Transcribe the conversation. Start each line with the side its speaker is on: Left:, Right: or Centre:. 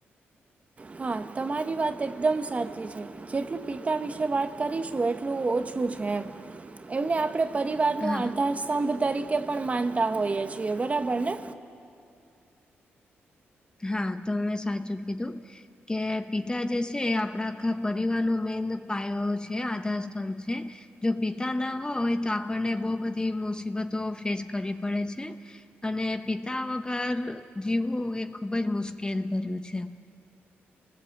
Right: હા તમારી વાત એકદમ સાચી છે. જેટલું પિતા વિશે વાત કરીએ એટલું ઓછું છે. એમ એમણે આપણે પરિવારનો
Left: હા
Right: આધારસ્તંભ તરીકે પણ આપણે તેમને માનતા હોઈએ છીએ બરાબર ને?
Left: હા તમે સાચું કઘુ. કે પિતા જે છે એ આપણા આખા પરિવારનો મુખ્ય પાયો અને આધારસ્તંભ છે. જો પિતા ન હોય તો આપણને બહુ બધી મુસિબતો ફેસ કરવી પડે છે. અને પિતા વગર જીવવું ખૂબ જ મુશ્કેલભર્યું હોય છે.